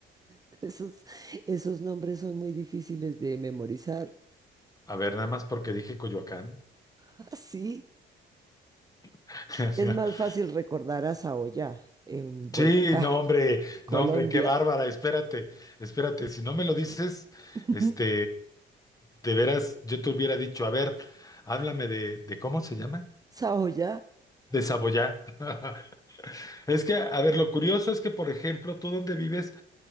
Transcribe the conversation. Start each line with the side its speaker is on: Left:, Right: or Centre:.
Right: <laughs> Esos, esos nombres son muy difíciles de memorizar. <laughs>
Left: A ver, nada más porque dije Coyoacán.
Right: Ah, sí.
Left: <laughs>
Right: Es más fácil recordar a Saoya en Boyacá,
Left: Sí, no,
Right: <laughs>
Left: hombre,
Right: Colombia.
Left: no, hombre, qué bárbara, espérate, espérate, si no me lo dices,
Right: <laughs>
Left: este, de veras, yo te hubiera dicho, a ver, háblame de, de ¿cómo se llama?
Right: Saoya,
Left: De Saboyá. <laughs> Es que, a ver, lo curioso es que, por ejemplo, tú donde vives,